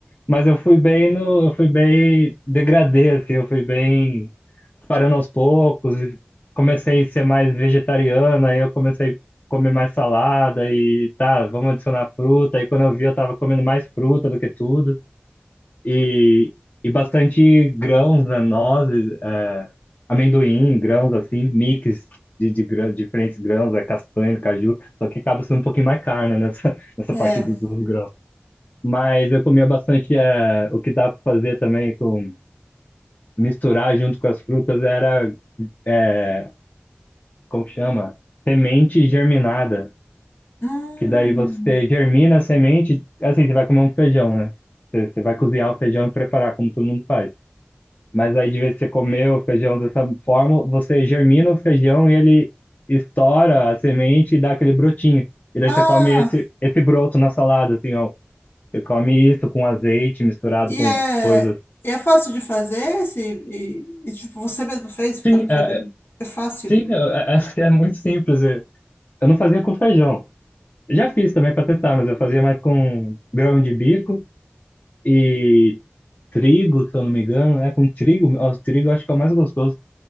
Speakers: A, on the left (about 45°); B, on the left (about 70°).
A: Mas eu fui bem no, eu fui bem degradê, assim, eu fui bem parando aos poucos, e comecei a ser mais vegetariana, aí eu comecei a comer mais salada e tá, vamos adicionar fruta, aí quando eu vi eu tava comendo mais fruta do que tudo e, e bastante grãos, né, nozes, é, amendoim, grãos assim, mix de, de grã- diferentes grãos, é, castanha, caju, só que acaba sendo um pouquinho mais carne nessa, <laughs> nessa
B: É.
A: parte do- dos grãos. Mas eu comia bastante, é, o que dá para fazer também com misturar junto com as frutas era, é, como chama? Semente germinada.
B: Hum.
A: Que daí você germina a semente, assim, você vai comer um feijão, né? Você, você vai cozinhar o feijão e preparar, como todo mundo faz. Mas aí, de vez que você comer o feijão dessa forma, você germina o feijão e ele estoura a semente e dá aquele brotinho. E daí
B: Ah,
A: você come esse, esse broto na salada, assim, ó. Você come isso com azeite misturado
B: e
A: com
B: é,
A: coisas.
B: e é fácil de fazer? Esse, e, e, tipo, você mesmo fez? Foi-
A: Sim,
B: foi-
A: é, é-
B: É fácil?
A: sim, eu é- acho que é muito simples. Eu eu não fazia com feijão. Eu já fiz também para testar, mas eu fazia mais com grão de bico e trigo, se eu não me engano, né? Com trigo, ó, o trigo eu acho que é o mais gostoso.